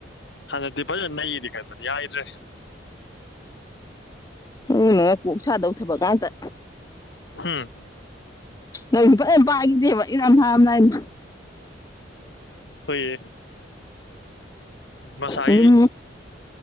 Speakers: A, on the left (about 70°); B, on the left (about 20°).
A: ꯍꯗ ꯗꯗꯤꯄ ꯅꯩ ꯏꯗꯤ ꯀꯥꯏꯃꯅꯤ ꯌꯥꯏꯗ꯭ꯔꯦ
B: ꯎꯝ ꯅ ꯄꯣꯛ ꯁꯥꯗꯧꯊꯕꯀꯇ
A: ꯎꯝ
B: ꯅꯪ ꯅꯨꯄꯥ ꯌꯥꯝ ꯄꯥꯏꯈꯤꯗꯦꯕ ꯌꯥꯝ ꯍ ꯍꯥꯝ ꯅꯥꯏꯅ
A: ꯍꯣꯏꯌꯦ ꯃꯁꯥꯏ
B: ꯑꯗꯨꯝ